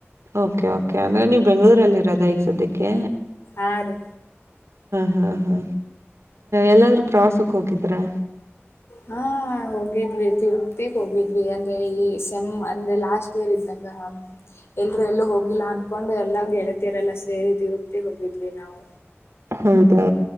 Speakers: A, on the right; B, on the left.
A: ಓಕೆ ಓಕೆ ಅಂದ್ರೆ ನೀವು ಬೆಂಗಳೂರಲ್ಲಿ ಇರದ ಈಗ್ ಸದ್ಯಕ್ಕೆ
B: ಆ ರೀ
A: ಹ ಹಾ ಹಾ ಎಲ್ಲಾದ್ರೂ ಪ್ರವಾಸಕ್ ಹೋಗಿದ್ರಾ
B: ಹ ಹಾ ಹೋಗಿದ್ವಿ ತಿರುಪತಿಗೆ ಹೋಗಿದ್ವಿ ಅಂದ್ರೆ ಈ ಸೆಮ್ ಅಂದ್ರೆ ಲಾಸ್ಟ್ ಇದ್ದಾಗ ಎಲ್ರೂ ಎಲ್ಲೂ ಹೋಗ ಇಲ್ಲ ಅಂದನ್ಕೊಂಡು ಎಲ್ಲಗೆಳ್ತಿರಲ್ಲ ಸೇರಿ ತಿರುಪ್ತಿ ಹೋಗಿದ್ವಿ ನಾವು
A: ಹೌದಾ